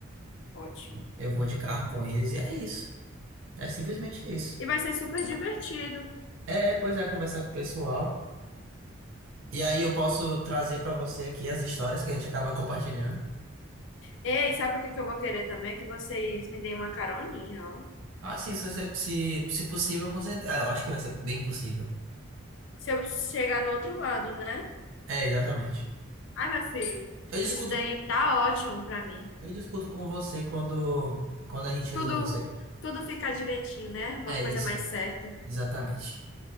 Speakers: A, on the left; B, on the right.
A: Ótimo.
B: Eu vou de carro com eles e é isso. É simplesmente isso.
A: E vai ser super divertido.
B: É, pois é, conversar com o pessoal. E aí eu posso trazer para você aqui as histórias que a gente acaba compartilhando.
A: Ei, sabe o que que eu vou querer também? Que vocês me deem uma caroninha, ó.
B: Ah, sim, se, se, se se possível, com certeza. Ah, eu acho que vai ser bem possível.
A: Se eu chegar no outro lado, né?
B: É, exatamente.
A: Ai, meu filho,
B: Eu discuto,
A: isso daí tá ótimo pra mim.
B: eu discuto com você quando, quando a gente resolver
A: Tudo,
B: isso aí.
A: tudo fica direitinho, né? Uma
B: É
A: coisa
B: isso,
A: mais certa.
B: exatamente.